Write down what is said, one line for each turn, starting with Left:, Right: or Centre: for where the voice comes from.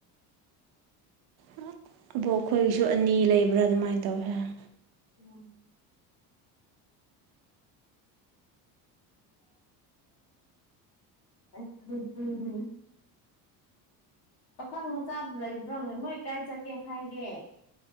Right: ꯑꯣ ꯑꯕꯣꯛ ꯈꯣꯏꯒꯤꯁꯨ ꯑꯅꯤ ꯂꯩꯕ꯭ꯔꯥ ꯑꯗꯨꯃꯥꯏꯅ ꯇꯧꯌꯦ ꯍꯥꯏ
Left: ꯎꯝ <inaudible> ꯄꯥꯈꯪ ꯃꯆꯥꯗꯨ ꯂꯩꯕ꯭ꯔꯣ ꯃꯣꯏ ꯀꯥꯏ ꯆꯠꯀꯦ ꯍꯥꯏꯒꯦ